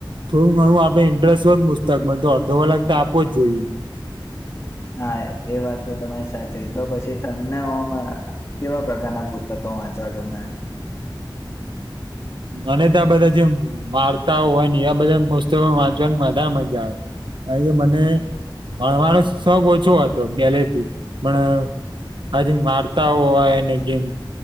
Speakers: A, on the right; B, on the left.
A: થોડું ઘણું આપડે ઇન્ટરેસ્ટ હોય મસ્તક મળ તો અડધો કાખ તો આપો જ જોઈએ
B: હા એ વાત તો તમારી સાચી તો પછી તમને હમ કેવા પ્રકારના પુસ્તકો વાંચવા ગમે.
A: અને ત્યાં બધા જેમ વાર્તાઓ હોય ને એ બધા પસ્તકમાં વાંચવાની બધા મજા આવે કારણ કે મને ભણવાનો શોખ ઓછો હતો પહેલે થી પણ હજ વાર્તાઓ હોય જેમ